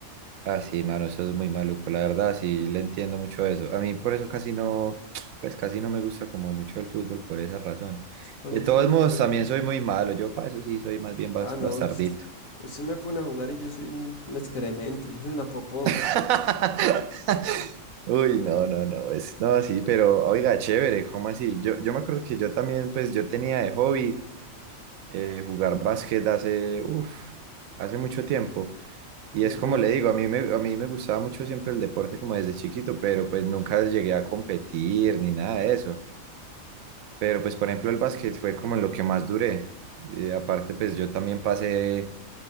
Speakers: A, on the right; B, on the left.
A: Ah, sí, mano, eso es muy maluco, la verdad, sí, le entiendo mucho eso. A mí por eso casi no, pues casi no me gusta como mucho el fútbol por esa razón.
B: A mí
A: De todos
B: también me
A: modos,
B: jode.
A: también soy muy malo, yo para eso sí soy más bien bas-
B: Ah, no,
A: bastardito.
B: us- usted me pone a jugar y yo soy un, un excremento, yo soy una popó.
A: <laughs> Uy, no, no, no, es, no, sí, pero oiga, chévere, ¿cómo así? Yo, yo me acuerdo que yo también, pues yo tenía de hobby eh, jugar básquet hace, uf, hace mucho tiempo. Y
B: Ujú.
A: es como le digo, a mí me, a mí me gustaba mucho siempre el deporte como desde chiquito, pero pues nunca llegué a competir ni nada de eso. Pero pues por ejemplo el básquet fue como en lo que más duré. Eh, aparte pues yo también pasé